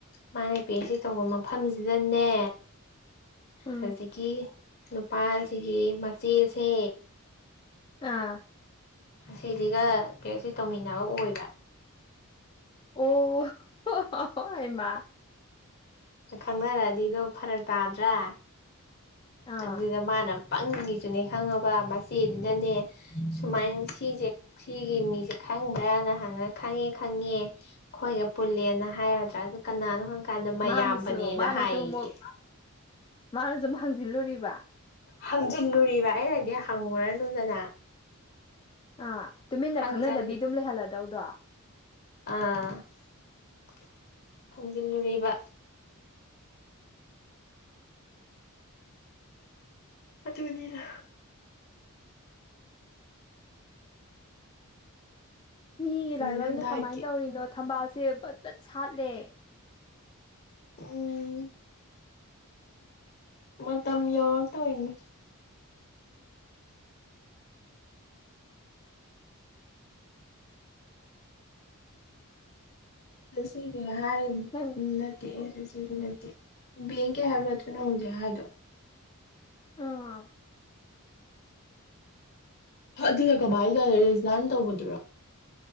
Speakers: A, on the left; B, on the left.
A: ꯃꯥꯅ ꯄꯤ ꯑꯦ ꯁꯤ ꯇꯧꯕ ꯃꯐꯝꯁꯤꯗꯅꯦ
B: ꯎꯝ
A: ꯍꯧꯖꯤꯛꯀꯤ ꯅꯨꯄꯥꯁꯤꯒꯤ ꯃꯆꯦꯁꯦ
B: ꯑꯥ
A: ꯑꯁꯤꯁꯤꯒ ꯀꯩꯅꯣꯁꯤ ꯇꯧꯃꯤꯟꯅꯕ ꯑꯣꯏꯕ
B: ꯑꯣ ꯑꯩꯃ
A: ꯈꯪꯅꯔꯛꯑꯗꯤꯗꯣ ꯐꯔꯛ ꯇꯥꯗ꯭ꯔꯥ
B: ꯑꯥ
A: ꯑꯗꯨꯏꯗ ꯃꯥꯅ ꯄꯪꯉꯤꯁꯨꯅꯦ ꯈꯪꯉꯕ ꯃꯆꯦꯗꯨꯗꯅꯦ ꯁꯨꯃꯥꯏꯅ ꯁꯤꯁꯦ ꯁꯤꯒꯤ ꯃꯤꯁꯦ ꯈꯪꯕ꯭ꯔꯥꯅ ꯍꯪꯉ ꯈꯪꯉꯦ ꯈꯪꯉꯦ ꯈꯈꯣꯏꯒ ꯄꯨꯜꯂꯦꯅ ꯍꯥꯏꯒꯗ꯭ꯔꯥ ꯑꯗꯨ ꯀꯅꯥꯅꯣꯪ ꯀꯥꯟ ꯑꯃꯌꯥꯝꯕꯅꯦꯅ
B: ꯃꯥꯅꯁꯨ ꯃꯥꯅꯁꯨ
A: ꯍꯥꯏꯌꯦ
B: ꯑꯃꯨꯛ ꯃꯥꯅꯁꯨ ꯑꯃꯨꯛ ꯍꯪꯖꯤꯜꯂꯨꯔꯤꯕ
A: ꯍꯪꯖꯤꯜꯂꯨꯔꯤꯕ ꯑꯩꯅꯗꯤ ꯍꯪꯉꯨꯔꯅꯨꯗꯅ
B: ꯑꯥ ꯇꯨꯃꯤꯟꯅ
A: ꯍꯪꯖꯜ
B: ꯈꯪꯅꯗꯕꯤ ꯑꯗꯨꯝ ꯂꯩꯍꯜꯂꯗꯧꯗꯣ
A: ꯑꯥꯖꯤ ꯂꯔꯤꯕ ꯑ ꯃꯟꯗ
B: ꯃꯤꯒꯤ
A: ꯑꯗꯨꯗ
B: ꯂꯥꯏꯕꯛꯅ
A: ꯗꯥꯏꯠꯀꯤ
B: ꯀꯃꯥꯏꯟ ꯇꯧꯔꯤꯅꯣ ꯊꯝꯕꯥꯜꯁꯦ ꯕꯠ ꯕꯠ ꯁꯥꯠꯂꯦ
A: ꯎꯝ ꯃꯇꯝ ꯌꯧꯔꯛ ꯇꯧꯏꯅꯤ ꯉꯁꯤꯗꯤ ꯍꯥꯏꯅꯤ
B: ꯅꯪ
A: ꯅꯠ <unintelligible> ꯕꯦꯡꯀꯤ ꯍꯥꯏꯕ ꯅꯠꯇ꯭ꯔꯣ ꯅꯪ ꯍꯧꯖꯤꯛ ꯍꯥꯏꯗꯣ
B: ꯑꯥ
A: <unintelligible> ꯑꯗꯨꯅ ꯀꯃꯥꯏ ꯇꯧ <unintelligible> ꯔꯤꯖꯥꯏꯟ ꯇꯧꯕꯗꯨꯔꯣ